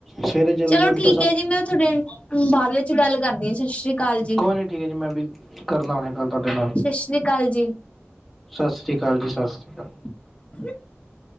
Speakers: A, in the centre; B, on the left (about 30°).
A: ਸਵੇਰੇ ਜਲਦੀ
B: ਚਲੋ
A: ਉੱਠੋ
B: ਠੀਕ
A: ਸਭ
B: ਏ ਜੀ ਮੈਂ ਤੁਹਾਡੇ ਬਾਅਦ ਵਿੱਚ ਗੱਲ ਕਰਦੀ ਆ ਸਸ੍ਰੀ ਕਾਲ ਜੀ।
A: ਕੋਈ ਨਹੀਂ ਠੀਕ ਐ ਜੀ, ਮੈਂ ਵੀ, ਕਰਨਾ ਹੁਣੇ ਗੱਲ ਤੁਹਾਡੇ ਨਾਲ।
B: ਸਤਿ ਸ੍ਰੀ ਅਕਾਲ ਜੀ।
A: ਸਸਰੀ ਕਾਲ ਜੀ, ਸਸਰੀ ਕਾਲ।
B: <unintelligible>